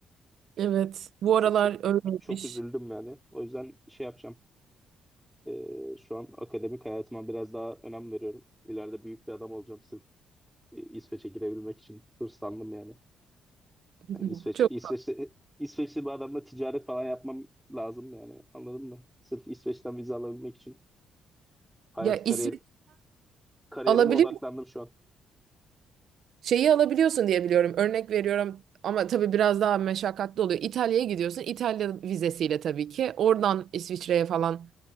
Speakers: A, on the right (about 70°); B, in the centre.
A: Evet. Bu
B: Çok,
A: aralar
B: çok,
A: öyleymiş.
B: çok üzüldüm yani. O yüzden şey yapacağım. Ee, şu an akademik hayatıma biraz daha önem veriyorum. İleride büyük bir adam olacağım. Sırf e, İsveç'e girebilmek için hırslandım yani.
A: <laughs>
B: Yani İsveç,
A: Çok
B: İsveç'te İsveçli bir adamla ticaret falan yapmam lazım yani. Anladın mı? Sırf İsveç'ten vize alabilmek için hayat
A: ya İsveç
B: kariyer kariyerime
A: alabiliyor
B: odaklandım şu an.
A: şeyi alabiliyorsun diye biliyorum. Örnek veriyorum ama tabii biraz daha meşakkatli oluyor. İtalya'ya gidiyorsun. İtalya vizesiyle tabii ki. Oradan İsviçre'ye falan